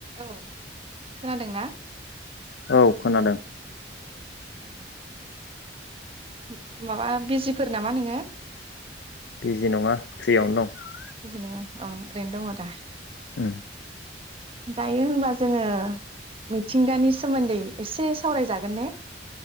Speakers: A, on the right; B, on the left.
A: औ खोनादों ना?
B: औ खोनादों।
A: ओ उम माबा बिजिफोर नामा नोङो?
B: बिजि नङा फ्रियावनो दं।
A: जि नङा अ' ओरैनो दङ दा?
B: ओ
A: दायो होनबा जोङो मिथिंगानि सोमोन्दै एसे सावरायजागोन ने?